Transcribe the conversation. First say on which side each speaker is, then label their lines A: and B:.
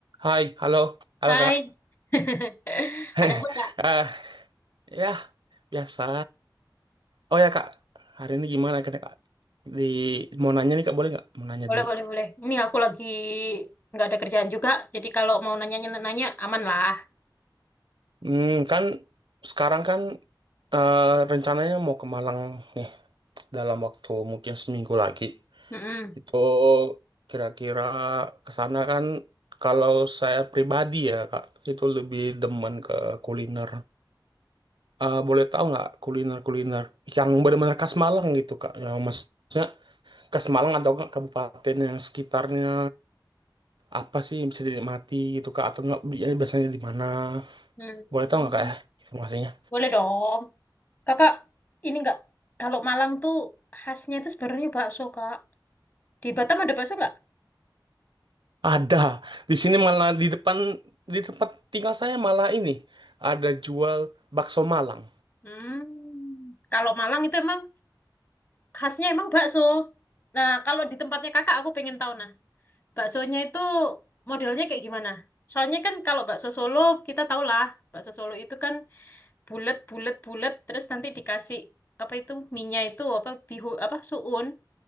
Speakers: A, on the right; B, on the left.
A: Hai, halo, halo
B: Hai,
A: kak.
B: <laughs>
A: <laughs>
B: ada apa Kak?
A: Eh, ya, biasa. Oh ya kak, hari ini gimana kak? Kak? Di mau nanya nih kak, boleh nggak? Mau nanya
B: Boleh,
A: dulu.
B: boleh, boleh. Ini aku lagi nggak ada kerjaan juga, jadi kalau mau nanya-nanya aman lah.
A: Hmm, kan sekarang kan eh, rencananya mau ke Malang nih dalam waktu mungkin seminggu lagi.
B: Mm-mm.
A: Itu kira-kira ke sana kan kalau saya pribadi ya kak, itu lebih demen ke kuliner. Eh, boleh tahu nggak kuliner-kuliner yang benar-benar khas Malang gitu kak? Yang maksudnya. ke Semarang atau ke kabupaten yang sekitarnya apa sih yang bisa dinikmati gitu kak atau nggak belinya biasanya di mana
B: Hmm.
A: boleh tahu nggak kak ya informasinya
B: Boleh dong. Kakak, ini nggak, kalau Malang tuh khasnya itu sebenarnya bakso, Kak. Di Batam ada bakso nggak?
A: ada di sini malah di depan di tempat tinggal saya malah ini ada jual bakso Malang
B: Hmm. Kalau Malang itu emang khasnya emang bakso. Nah, kalau di tempatnya kakak, aku pengen tahu nah, baksonya itu modelnya kayak gimana? Soalnya kan kalau bakso Solo, kita tahu lah, bakso Solo itu kan bulat bulat bulat terus nanti dikasih apa itu minyak itu apa bihu apa suun